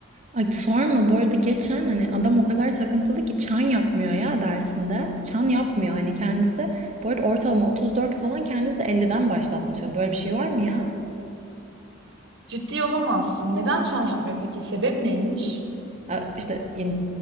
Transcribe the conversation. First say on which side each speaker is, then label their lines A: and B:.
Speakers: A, on the right; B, on the right.
A: Ay sorma bu arada geçen hani adam o kadar takıntılı ki çan yapmıyor ya dersinde. Çan yapmıyor hani kendisi. Bu arada ortalama 34 falan kendisi 50'den başlatmış. Ya Böyle bir şey var mı ya?
B: Ciddi olamazsın. Neden çan yapmıyor peki? Sebep neymiş?
A: Ha, İşte yani